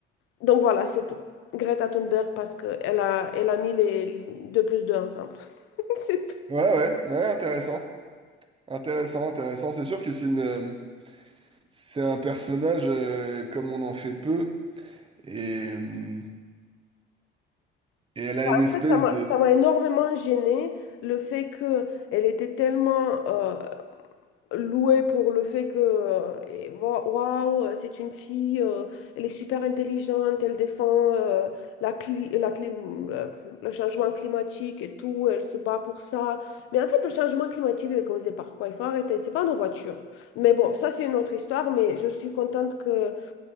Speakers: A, on the left; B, on the right.
A: Donc voilà, c'est tout. Greta Thunberg parce que elle a elle a mis les deux plus deux ensemble. <laughs> C'est tout.
B: Ouais, ouais, ouais, intéressant. Intéressant, intéressant. C'est sûr que c'est une. euh, C'est un personnage euh, comme on en fait peu et, euh, et elle a une espèce
A: En fait, ça m'a
B: de
A: ça m'a énormément gênée le fait qu'elle était tellement euh, louée pour le fait que euh, et wa- waouh, c'est une fille, euh, elle est super intelligente, elle défend euh, la cli- la clim- euh, le changement climatique et tout, elle se bat pour ça. Mais en fait, le changement climatique est causé par quoi? Il faut arrêter, c'est pas nos voitures. Mais bon, ça c'est une autre histoire, mais je suis contente que